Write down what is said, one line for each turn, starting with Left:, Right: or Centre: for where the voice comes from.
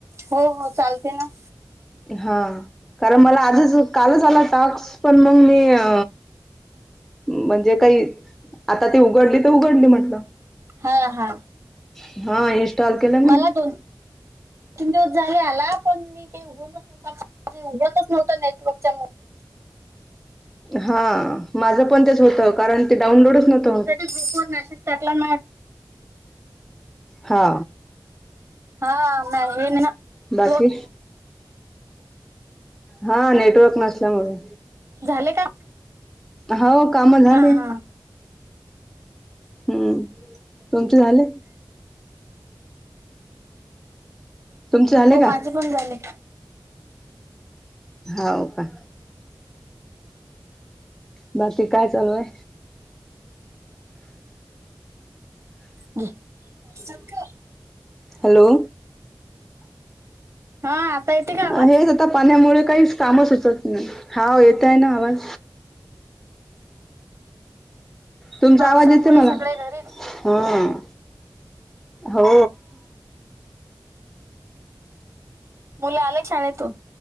Right: हो हो चालते ना
Centre: हा कारण मला आजच कालच आला टाक्स पण मग मी अ म्हणजे काही आता ती उघडली तर उघडली म्हटलं
Right: हा हा
Centre: हा केलं
Right: मला
Centre: मी
Right: दोन तीन दिवस झाले आला पण मी काही घच्हताणे उघडतच नव्हत नेटवर्कच्या
Centre: हा माझं पण तेच होतं कारण ते डाउनलोडच नव्हतं
Right: सेज टाकला ना
Centre: हा
Right: हा म हेन ना नेटवर्क
Centre: बाकी हा नेटवर्क नसल्यामुळे
Right: झाले का
Centre: हो काम झाले
Right: हा हा
Centre: हम्म तुमचं झाले तुमचे झाले
Right: हो
Centre: का
Right: माझे पण झाले
Centre: हो का बाकी काय चालूय
Right: हम स का
Centre: हॅलो
Right: हा आता येते कावा
Centre: हेच आता पाण्यामुळे काही कामच सुचत नाही हा येतय ना आवाज तुमचा
Right: पावसामुळे
Centre: आवाज येते मला
Right: सगळे घरीच
Centre: हा हो
Right: मुलं आलग छान येतो